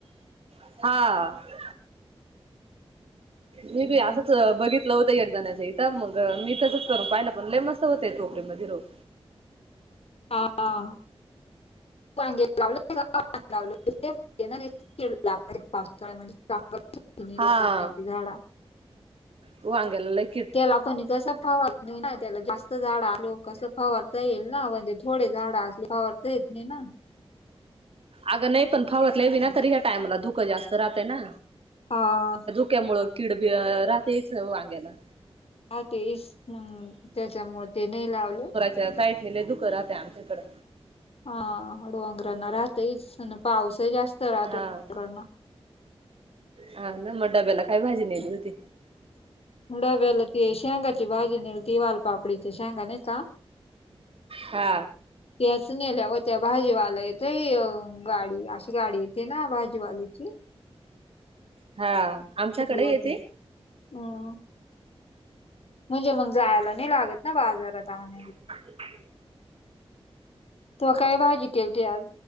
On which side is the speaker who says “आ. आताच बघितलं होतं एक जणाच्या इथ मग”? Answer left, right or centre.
Right